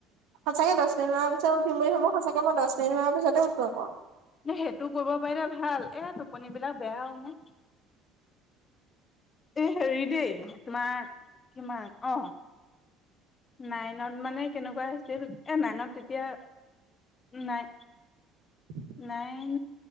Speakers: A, on the right; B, on the left.
A: সঁচাকে, দহ মিনিটমান পিছত উঠিম বুলি ভাবো। সঁচাকে মই দহ মিনিটমান পাছতে উঠো আকৌ।
B: এ, সেইটো কৰিব পাৰিলে ভাল। এয়া টোপনিবিলাক বেয়াও মোৰ। এই, হেৰি দেই তোমাৰ কিমান অ নাইনত মানে কেনেকুৱা হৈছিল! এ নাইনত তেতিয়া নাইন
A: <inaudible>
B: নাইন